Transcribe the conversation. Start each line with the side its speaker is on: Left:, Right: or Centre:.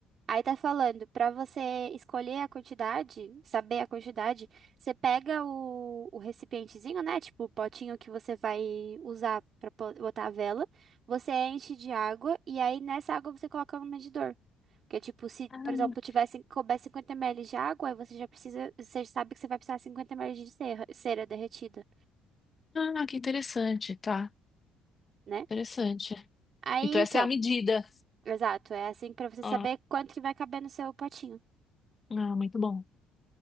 Right: Aí tá falando, pra você escolher a quantidade, saber a quantidade, você pega o, o recipientezinho, né? Tipo, o potinho que você vai usar pra po- botar a vela. Você enche de água e aí nessa água você coloca no medidor. Porque, tipo, se,
Left: Ah,
Right: por exemplo, tivesse, couber 50 ml de água, aí você já precisa, você sabe que você vai precisar de 50 ml de cera, cera derretida,
Left: ah, que interessante, tá.
Right: né?
Left: Interessante.
Right: Aí
Left: Então
Right: então,
Left: essa é a medida.
Right: exato, é assim pra você saber
Left: Ah,
Right: quanto que vai caber no seu potinho.
Left: ah, muito bom.